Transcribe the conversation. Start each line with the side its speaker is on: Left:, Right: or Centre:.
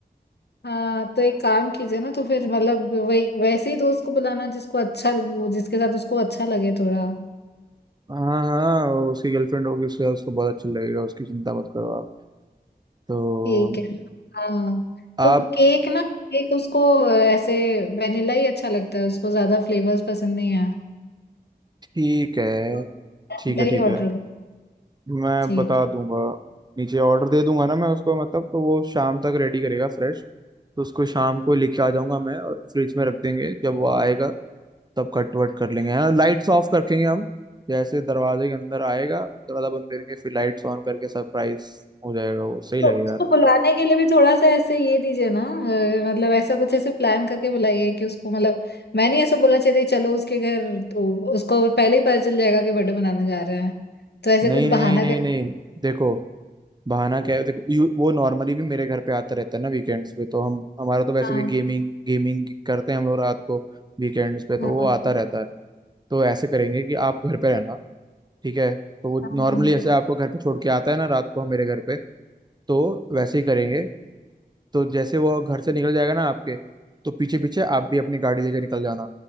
Left: हाँ तो एक काम कीजिए ना तो फिर मतलब वही वैसे ही दोस्त को बुलाना जिसको अच्छा वो जिसके साथ उसको अच्छा लगे थोड़ा
Right: हाँ हाँ वो उसकी गर्लफ्रेंड होगी उसके साथ उसको बहुत अच्छा लगेगा उसकी चिंता मत करो आप तो
Left: ठीक है हाँ
Right: आप
Left: तो केक ना केक उसको अ, ऐसे वेनिला ही अच्छा लगता है उसको ज्यादा फ्लेवर्स पसंद नहीं है
Right: ठीक है
Left: तो वेनिला
Right: ठीक है ठीक
Left: ही
Right: है
Left: ऑर्डर करो।
Right: मैं
Left: ठीक
Right: बता
Left: है
Right: दूंगा नीचे ऑर्डर दे दूंगा ना मैं उसको मतलब तो वो शाम तक रेडी करेगा फ्रेश तो उसको शाम को लेके आ जाऊंगा मैं और फ्रिज में रख देंगे जब वो आएगा तब कट वट कर लेंगे हाँ लाइट्स ऑफ रखेंगे हम जैसे दरवाजे के अंदर आएगा दरवाजा बंद करेंगे फिर लाइट्स ऑन करके सरप्राइज हो जाएगा वो सही लगेगा
Left: तो उसको
Right: ना
Left: बुलाने के लिए भी थोड़ा सा ऐसे ये दीजिए ना अ, मतलब ऐसा कुछ ऐसे प्लान करके बुलाइए कि उसको मतलब मैं नहीं ऐसा बोला चाहिए चलो उसके घर तो उसको पहले ही पता चल जाएगा कि बर्थडे मनाने जा रहे हैं तो ऐसे
Right: नहीं
Left: कुछ
Right: नहीं
Left: बहाना
Right: नहीं
Left: कर
Right: नहीं देखो बहाना क्या है देखो यू, वो नॉर्मली भी मेरे घर पे आता रहता है ना वीकेंड्स पे तो हम हमारा तो वैसे
Left: हाँ
Right: भी गेमिंग गेमिंग करते हैं हम लोग रात को वीकेंड्स पे तो
Left: हाँ
Right: वो आता रहता है तो ऐसे करेंगे कि आप घर पे रहना ठीक है तो वो
Left: हाँ
Right: नॉर्मली ऐसे आपको घर पे छोड़ के आता है ना रात को मेरे घर पे तो वैसे ही करेंगे तो जैसे वो घर से निकल जाएगा ना आपके तो पीछे पीछे आप भी अपनी गाड़ी लेकर निकल जाना